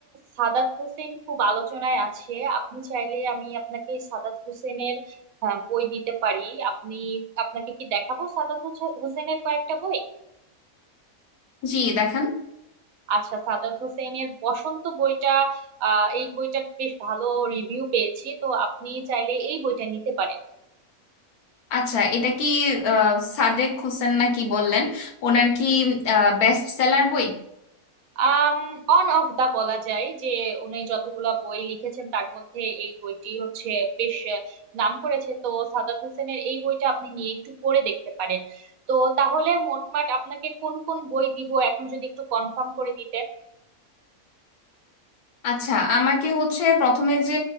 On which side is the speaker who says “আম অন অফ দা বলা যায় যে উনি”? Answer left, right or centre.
Right